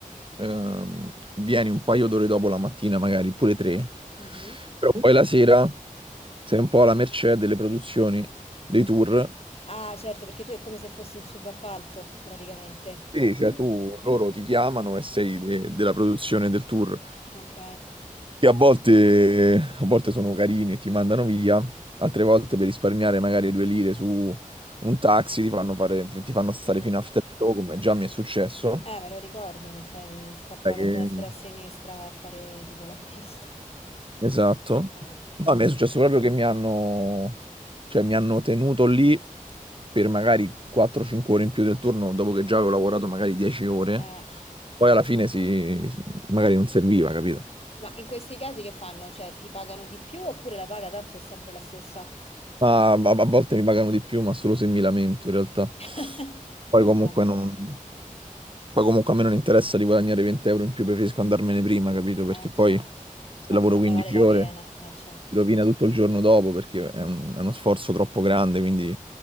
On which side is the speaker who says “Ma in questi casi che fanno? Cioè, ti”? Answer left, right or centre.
Left